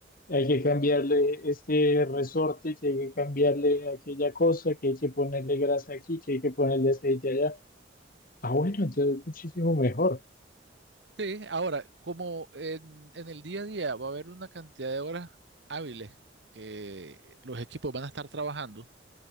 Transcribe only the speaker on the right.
Sí, ahora, como en, en el día a día va a haber una cantidad de horas hábiles que los equipos van a estar trabajando,